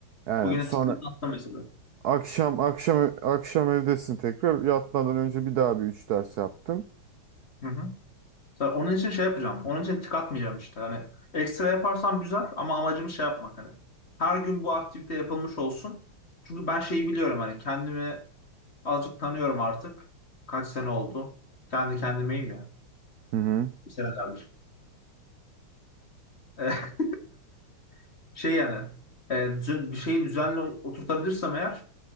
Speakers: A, on the right; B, on the left.
A: Yani
B: Bugün
A: sonra
B: tikleri attım mesela.
A: akşam akşam akşam evdesin tekrar. Yatmadan önce bir daha bir üç ders yaptın.
B: Hı hı. Ben onun için şey yapacağım. Onun için tik atmayacağım işte. Hani ekstra yaparsam güzel ama amacım şey yapmak hani. Her gün bu aktivite yapılmış olsun. Çünkü ben şeyi biliyorum hani kendimi azıcık tanıyorum artık. Kaç sene oldu. Kendi kendimeyim ya.
A: Hı hı.
B: Bu senelerdir. E, <laughs> şey yani e, düzen- bir şeyi düzenli oturtabilirsem eğer